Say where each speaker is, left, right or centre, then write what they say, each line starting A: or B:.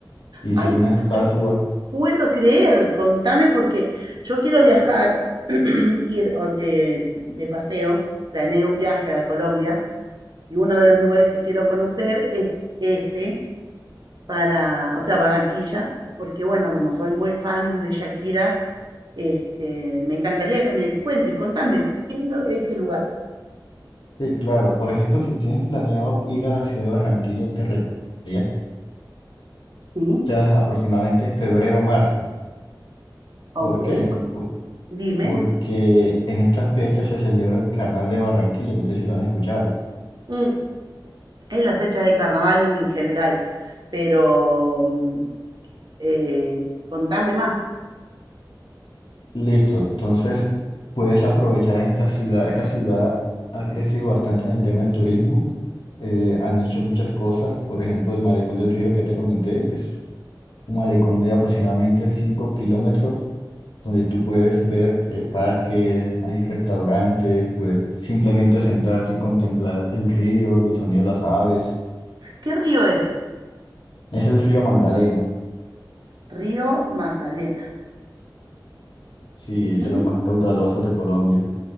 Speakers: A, on the left; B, on the right.
A: Hicieron
B: Ay,
A: una
B: no
A: estatua.
B: te puedo creer. Contame porque yo quiero viajar, <clears throat> ir o de, de paseo, planeo un viaje a Colombia Y uno de los lugares que quiero conocer es ese, para, o sea, Barranquilla, porque bueno, como soy muy fan de Shakira, este, me encantaría que me cuentes, contame, ¿qué es lo- ese lugar?
A: Sí, claro. Por ejemplo, si tienes planeado ir a la ciudad de Barranquilla, te recomendaría
B: Sí,
A: quizás aproximadamente febrero o marzo.
B: ok,
A: ¿Por qué?
B: por-
A: Por-
B: dime.
A: Porque en estas fechas se celebra el Carnaval de Barranquilla. No sé si lo has escuchado.
B: Mm, Es la fecha de carnaval en general, pero mm, eh, contame más.
A: Listo, entonces puedes aprovechar en esta ciudad. Esta ciudad ha crecido bastante en el tema del turismo. eh, han hecho muchas cosas. Por ejemplo, el malecón del río que ya te comenté es un malecón de aproximadamente 5 kilómetros donde tú puedes ver eh, parques, hay restaurantes, puedes simplemente sentarte y contemplar el río, el sonido de las aves.
B: ¿Qué río es?
A: Es el río Magdalena,
B: Río Magdalena.
A: sí,
B: Y
A: de los más caudalosos de Colombia.